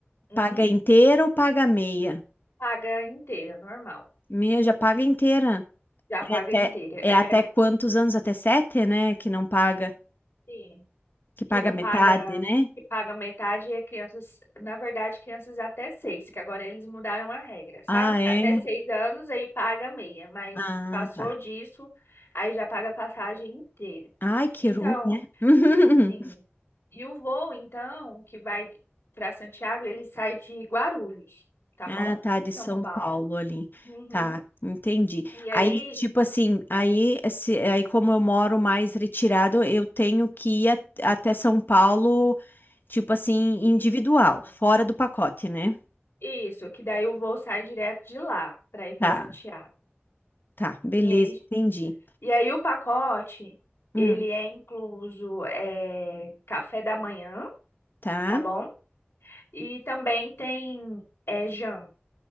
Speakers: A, on the left (about 80°); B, on the left (about 55°).
A: Uhum,
B: Paga inteira ou paga meia?
A: paga inteira, normal.
B: Meia já paga inteira.
A: Já
B: É
A: paga
B: até,
A: inteira.
B: é
A: É,
B: até quantos anos? Até sete, né? Que não paga,
A: sim.
B: que paga
A: que não
B: metade,
A: paga,
B: né?
A: que paga metade, e é crianças, na verdade, crianças até seis, que agora eles mudaram a regra, sabe?
B: Ah, é?
A: Até seis anos aí paga meia, mas
B: Ah,
A: passou
B: tá.
A: disso, aí já paga a passagem inteira.
B: Ai, que
A: Então,
B: ruim, né? <laughs>
A: sim. E o voo, então, que vai para Santiago, ele sai de Guarulhos, tá
B: Ah,
A: bom?
B: tá, de São
A: São Paulo.
B: Paulo ali.
A: Uhum.
B: Tá, entendi.
A: E aí,
B: Aí, tipo assim, aí, se- aí como eu moro mais retirado, eu tenho que ir at- até São Paulo, tipo assim, individual,
A: isso,
B: fora do pacote, né?
A: isso, que daí o voo sai direto de lá para ir para
B: Tá,
A: Santiago.
B: tá, beleza,
A: E aí
B: entendi.
A: E aí o pacote,
B: Hum,
A: ele é incluso é, café da manhã,
B: tá.
A: tá bom? E também tem é, janta